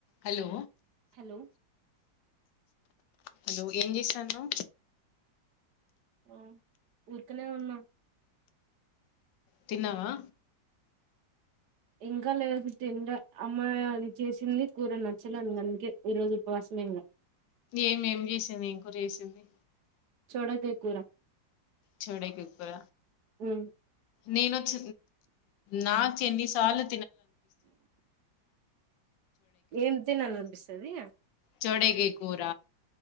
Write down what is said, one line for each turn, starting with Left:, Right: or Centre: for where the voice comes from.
Left: Hello
Right: hello
Left: hello ఏం చేస్థాండావ్
Right: ఆ ఊరికనే ఉన్న
Left: తిన్నావా?
Right: ఇంకా లేదు తినలే అమ్మాయి అది చేసింది కూర నచ్చలేని అందుకే ఈ రోజు ఉపవాసమే ఇంగ
Left: ఏంమేం చేసింది ఏం కూర చేసింది
Right: చెవులకాయ కూరా
Left: చెవడైకి కూర
Right: ఉమ్
Left: నేను వచ్చ నాక్ ఎన్ని సాళ్ళు
Right: ఎం తినాలనిపిస్తది
Left: చోడేకాయ్ కూర